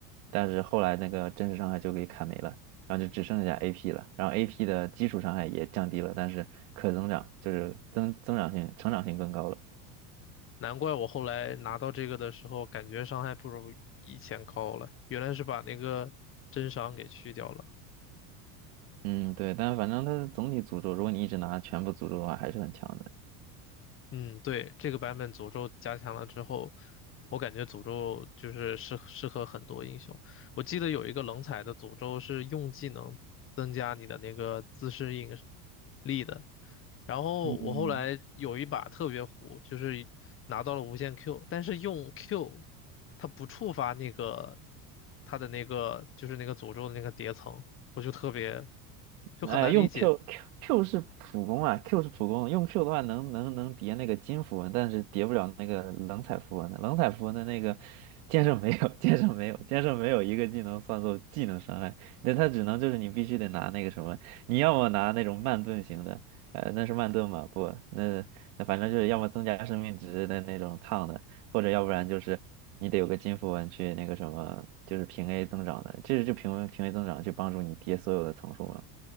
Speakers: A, on the right; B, on the left.
A: 但是后来那个真实伤害就给砍没了，然后就只剩下 AP 了，然后 AP 的基础伤害也降低了，但是可增长就是增增长性、成长性更高了。
B: 难怪我后来拿到这个的时候，感觉伤害不如以前高了，原来是把那个真伤给去掉了。
A: 嗯，对，但是反正它的总体诅咒，如果你一直拿全部诅咒的话，还是很强的。
B: 嗯，对，这个版本诅咒加强了之后，我感觉诅咒就是适适合很多英雄。我记得有一个冷彩的诅咒是用技能增加你的那个自适应力的。然后我后来有一把特别糊，
A: 嗯。
B: 就是拿到了无限 Q，但是用 Q 它不触发那个它的那个就是那个诅咒的那个叠层，我就特别就很难理解，
A: 呃，用 Q Q Q 是普攻啊，Q 是普攻，用 Q 的话能能能叠那个金符文，但是叠不了那个冷彩符文的。冷彩符文的那个剑圣没有，<laughs> 剑圣没有，剑圣没有一个技能算作技能伤害，那它只能就是你必须得拿那个什么，你要么拿那种慢盾型的，呃，那是慢盾嘛？不，那那反正就是要么增加生命值的那种烫的，或者要不然就是你得有个金符文去那个什么，就是平 A 增长的，这是就平平 A 增长去帮助你叠所有的层数嘛。